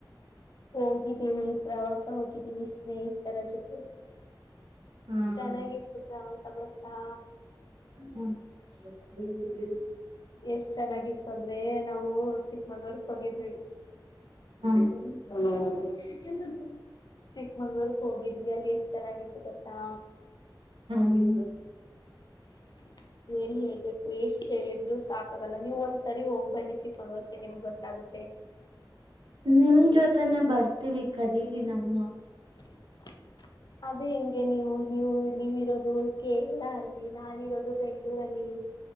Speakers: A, on the left; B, on the right.
A: ಹೋಗಿದ್ದೀನಿ ಪ್ರವಾಸ ಹೋಗಿದ್ದೀನಿ ಸ್ನೇಹಿತರ ಜೊತೆ
B: ಹ್ಮ
A: ಚೆನ್ನಾಗಿತ್ತು ಪ್ರವಾಸ ಗೊತ್ತಾ
B: ಹ್ಮ್ <unintelligible>
A: ಎಷ್ಟ್ ಚೆನ್ನಾಗಿತ್ತು ಅಂದ್ರೆ ನಾವು ಚಿಕ್ಕಮಂಗ್ಳೂರ್ಕ್ ಹೋಗಿದ್ವಿ <unintelligible>
B: ಹ್ಮ್
A: <inaudible> <unintelligible> ಚಿಕ್ಕಮಂಗ್ಳೂರ್ಕ್ ಹೋಗಿದ್ವಿ ಅಲ್ಲಿ ಎಷ್ಟ ಚೆನ್ನಾಗಿತ್ತು ಗತ್ತಾ
B: ಹಾ <unintelligible>
A: <inaudible> ಏನ್ ಹೇಳ್ಬೇಕು ಎಷ್ಟ್ ಹೇಳಿದ್ರು ಸಾಕಾಗಲ್ಲ ನೀವು್ ಒಂದ್ಸರಿ ಹೋಗ್ ಬನ್ನಿ ಚಿಕ್ಕಮಂಗಳರ್ ನಿಮ್ಗ್ ಗೊತ್ತ <unintelligible> ಆಗುತ್ತೆ <unintelligible>
B: ನಿಮ್ ಜೊತೆನೆ ಬರ್ತೀವಿ ಕರೀರಿ ನನ್ನು
A: <inaudible> ಅದೇ ಹೆಂಗೆ ನೀವು ನೀವು ನೀವಿರೋದು ಕೇರಳ ಅಲ್ಲಿ ನಾನಿರೋದು ಬೆಂಗ್ಗಳೂರಲ್ಲಿ